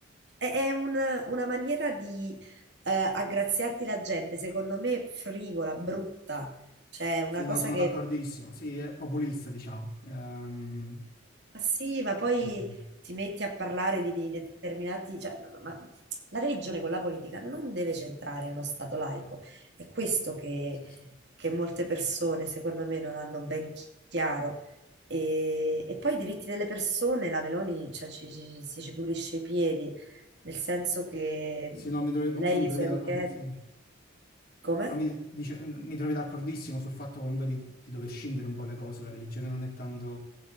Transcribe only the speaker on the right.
è, è un- una maniera di eh, aggraziarti la gente, secondo me frivola, brutta, cioè una
cosa
che
ma sì, ma poi
ti metti a parlare di, di determinati, cioè, ma, ma- ma la religione con la politica non deve centrare in uno stato laico. È questo che,
che molte persone, secondo me, non hanno ben chi- chiaro. E, e poi i diritti delle persone, la Meloni, cioè, ci, ci- si ci pulisce i piedi, nel senso che
lei
e
i suoi
amichetti,
come?